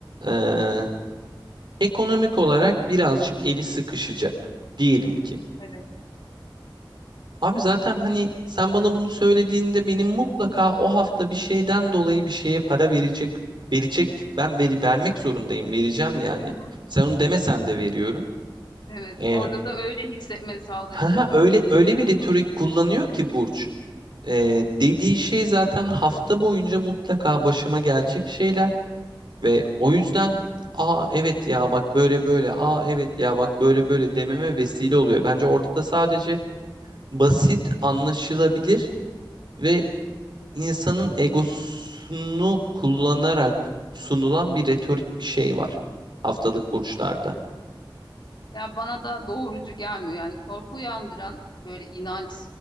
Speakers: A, on the right; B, on the left.
A: eee, ekonomik olarak birazcık eli sıkışacak diyelim ki.
B: Evet.
A: Abi zaten hani sen bana bunu söylediğinde benim mutlaka o hafta bir şeyden dolayı bir şeye para verecek verecek ben veri vermek zorundayım vereceğim yani.
B: Hı hı.
A: Sen onu demesen de veriyorum.
B: Evet,
A: Ee,
B: orada da öyle hissetmeni sağlayacak
A: ha ha,
B: aslında.
A: öyle öyle
B: Onu
A: bir retorik kullanıyor ki Burç. Ee, dediği şey zaten hafta boyunca mutlaka başıma gelecek şeyler ve o yüzden aa evet ya bak böyle böyle aa evet ya bak böyle böyle dememe vesile oluyor. Bence ortada sadece basit anlaşılabilir ve insanın egosunu kullanarak sunulan bir retorik bir şey var haftalık burçlarda.
B: Evet. Ya bana da doğrucu gelmiyor. Yani korku uyandıran böyle inanç